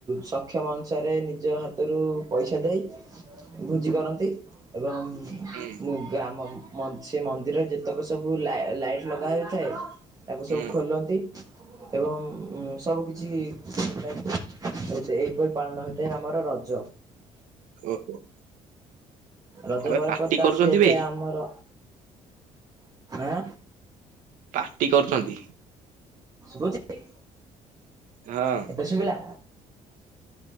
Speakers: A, on the right (about 25°); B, on the right (about 75°).
A: ସକ୍ଷମ ଅନୁସାରେ ନିଜ ହାତରୁ ପଇସା ତା ଦେଇେ ଭୋଜି କରନ୍ତି ଏବଂ
B: ହୁଁ
A: ମୁଁ ଗ୍ରାମ ମଝି ସେ ମନ୍ଦିରରେ ଯେତେକ ସବୁ ଲାଇ ଲାଇଟ୍ ଲଗା ହୋଇଥାଏ ତାକୁ
B: ହୁଁ
A: ସବୁ ଖୋଲନ୍ତି। ଏବଂ ସବୁକିଛି ଖୋଲା ହେଇ <unintelligible> ଏ ଏଇପରି ପାଳନ ହେଇଥାଏ ଆମର ରଜ।
B: ଓହୋ।
A: ରଜ
B: ଆବେ
A: ପରେ
B: ପାଟି
A: ପରେ ତ
B: କରୁଛନ୍ତି
A: ଆସିଯାଇଥାଏ
B: ବେ
A: ଆମର, ଆଁ
B: ପାଟି କରୁଛନ୍ତି?
A: ଶୁଭୁଛି ଟି?
B: ହଁ।
A: ଏବେ ଶୁଭିଲା?